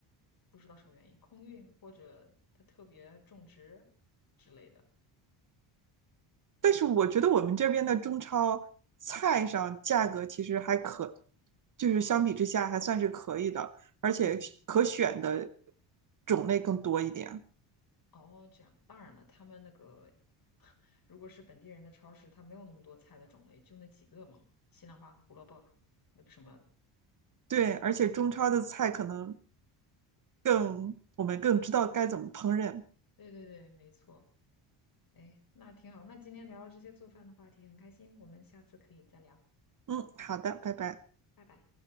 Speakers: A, on the left (about 45°); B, on the right (about 40°).
A: 不知道什么原因空运或者它特别种植之类的。
B: 但是我觉得我们这边的中超菜上价格其实还可，就是相比之下还算是可以的，
A: 哦，
B: 而且可选的
A: 嗯，
B: 种类更多一点。
A: 哦，这样。当然了，他们那个 <laughs> 如果是本地人的超市，它没有那么多菜的种类，就那几个嘛，西兰花、胡萝卜，那个什么。
B: 对，而且中超的菜可能更，我们更知道该怎么烹饪。
A: 对对对，没错。哎，那挺好。那今天聊了这些做饭的话题，很开心。我们下次可以再聊，
B: 嗯，好的，拜拜。
A: 拜拜。